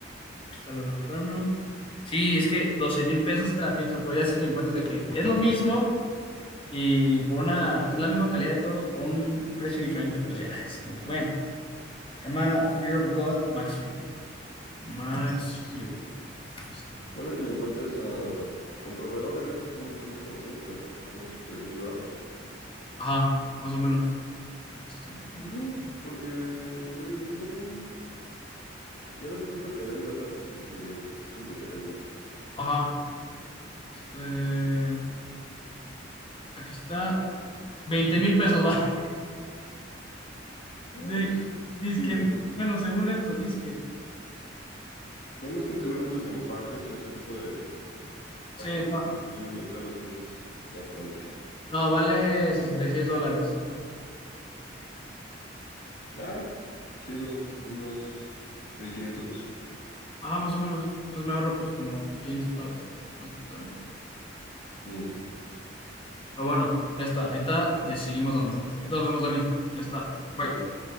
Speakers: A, on the left; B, on the left.
A: Aquí está el Albertano. Sí, es que doce mil pesos si te la piensas, pero ya si te encuentras de que es lo mismo y por una, es la misma calidad de todo, por un precio diferente, pues ya, es como que bueno. Se llama Fear of God Maxfield. Maxfield.
B: Sí,
A: aquí está.
B: ponle que le encuentres a... Con proveedor debía ser como un 30%, ¿no? Como unos 3.000 varos.
A: Ajá, más o menos. Aquí está, Fear
B: Pues
A: of
B: sí,
A: God.
B: porque se ve bien. Ya no es tanto que dé el gatazo, sino que sientes la calidad.
A: Ajá. Eh, aquí está. veinte mil pesos, va. <laughs>
B: Ah,
A: De,
B: pues
A: dizque,
B: sí, bro.
A: bueno, según esto, dizque.
B: Bueno, es que seguramente es en Farfetch o ese tipo de
A: Sí,
B: páginas
A: no,
B: y tienden a inflar los precios bastante.
A: No, vale 66 dólares.
B: Ah, chido. Unos 1.500.
A: Ah, más o menos. Entonces me ahorro pues como 500 baros. Entonces pues, está bien.
B: Ujú.
A: Pero bueno, ya está. Esta le seguimos dando. Entonces nos vemos, Dani. Ya está. Bye.
B: Ah.